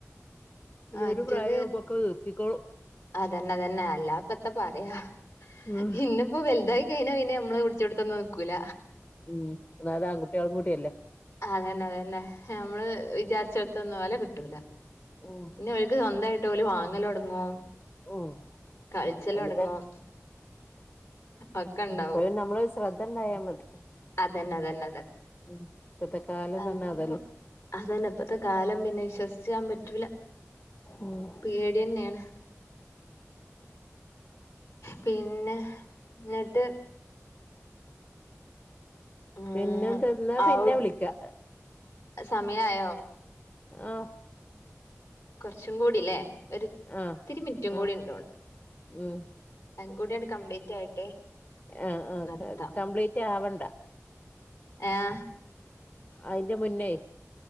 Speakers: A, on the left; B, on the left.
A: പിന്നൊരു
B: മറ്റത്
A: പ്രായവുമ്പൊക്കെ നിർത്തിക്കോളും
B: അതന്നെ തന്നെ അല്ലപ്പെത്താ പറയാ
A: ഉം
B: ഇന്നും ഇപ്പൊ വലുതായി കഴിഞ്ഞാ പിന്നെ നമ്മള് പിടിച്ചോടത്തൊന്നും നിക്കൂല.
A: ഉം അതായത് ആൺകുട്ട്യാളും കൂടിയല്ലേ
B: അതെന്നെ അതന്നെ നമ്മള് വിചാരിച്ചെടത്തൊന്നും ഓലെ കിട്ടൂല
A: ഉം
B: ന്നെ ഓൽക്ക് സ്വന്തയിട്ട് ഓല് വാങ്ങല് ടങ്ങും
A: ഉം
B: കൾച്ചല്
A: അതിനിപ്പ
B: തൊടങ്ങും ഒക്ക
A: ഉം
B: ണ്ടാവും
A: അപ്പഴും നമ്മള് ശ്രദ്ധ ഉണ്ടായാ മതി
B: അതെന്ന അതെന്ന ന്നതെ.
A: <unintelligible>
B: അല്ലാപ്പൊ
A: തന്നെ അതല്ലേ
B: അതല്ല ഇപ്പത്തെ കാലം പിന്നെ വിശ്വസിച്ചാൻ പറ്റൂല.
A: ഉം
B: പേടിന്നെയാണ് പിന്നെ ന്നിട്ട് ഉം
A: പിന്നെന്താ ന്നാ
B: ഔ
A: പിന്നെ വിളിക്കാ.
B: സമയായോ?
A: ആഹ്
B: കൊർച്ചും കൂടില്ലേ ഒരിത്തിരി
A: ആഹ്
B: മിൻറ്റും കൂടി
A: ആഹ്
B: ഇണ്ടോണ്.
A: ഉം
B: അതും കൂടി അണ്ട് കംപ്ലീറ്റ് ആയിട്ട്
A: ആ ആ
B: നിർത്താം
A: ക കംപ്ലീറ്റ് ആവണ്ട
B: ഏ ആ
A: അതിന്റെ മുന്നേ